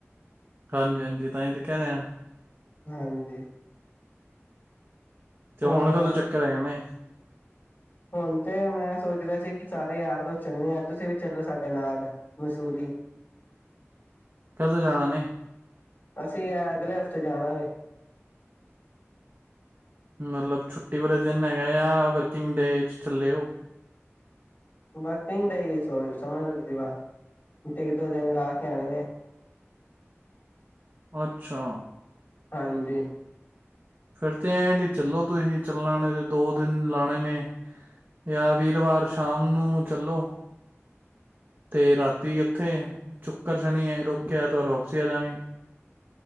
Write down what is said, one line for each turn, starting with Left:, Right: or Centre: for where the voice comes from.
Right: ਹਾਂਜੀ ਹਾਂਜੀ ਤਾਂਹੀ ਤੇ ਕਹਿ ਰਿਹਾ
Left: ਹਾਂਜੀ।
Right: ਤੇ
Left: ਹੋਰ
Right: ਹੁਣ ਕਦੋਂ ਚੱਕਰ ਹੈਗਾਣੇ
Left: ਹੁਣ ਤੇ ਮੈਂ ਸੋਚ ਰਿਹਾ ਸੀ ਕਿ ਸਾਰੇ ਯਾਰ ਦੋਸਤ ਚੱਲੇ ਆਂ ਤੁਸੀਂ ਵੀ ਚੱਲੋ ਸਾਡੇ ਨਾਲ ਮਸੂਰੀ
Right: ਕਦੋਂ ਜਾਣਾ ਨੇ?
Left: ਅਸੀਂ ਅਗਲੇ ਹਫ਼ਤੇ ਜਾਣਾ ਵੇ।
Right: ਮਤਲਬ ਛੁੱਟੀ ਵਾਲੇ ਦਿਨ ਹੈਗਾ ਆ, ਯਾਂ ਵਰਕਿੰਗ ਡੇ ਚੱਲੇਓ।
Left: ਵਰਕਿੰਗ ਡੈ ਈ ਸੋ ਸਮਝਦਾ ਸੀ ਇੱਕ ਦੋ ਦਿਨ ਲਾ ਕੇ ਆਣੇ ਨੇ।
Right: ਅੱਛਾ।
Left: ਹਾਂਜੀ।
Right: ਫਿਰ ਤੇ ਐਂ ਚੱਲੋ ਤੁਸੀਂ ਚੱਲਣ ਨੇ ਦੋ ਦਿਨ ਲਾਣੇ ਨੇ ਜਾਂ ਵੀਰਵਾਰ ਸ਼ਾਮ ਨੂੰ ਚੱਲੋ ਤੇ ਰਾਤੀ ਉੱਥੇ ਸੁ਼ਕਰ ਸ਼ਨੀ ਰੋਕਕੇ ਐਤਵਾਰ ਵਾਪਸੀ ਆ ਜਾਗੇਂ।